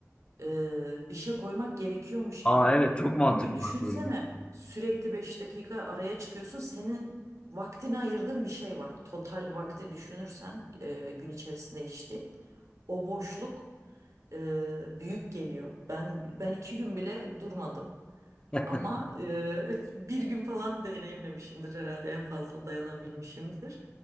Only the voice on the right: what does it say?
e, bir şey koymak gerekiyormuş
gibi.
Çünkü düşünsene
sürekli 5 dakika araya çıkıyorsun. Senin vaktini ayırdığın bir şey var. Total vakti düşünürsen e, gün içerisinde içtiğin. O boşluk e, büyük geliyor. Ben ben iki gün bile durmadım.
Ama eee, <laughs> bir gün falan deneyimlemişimdir herhalde en fazla dayanabilmişimdir.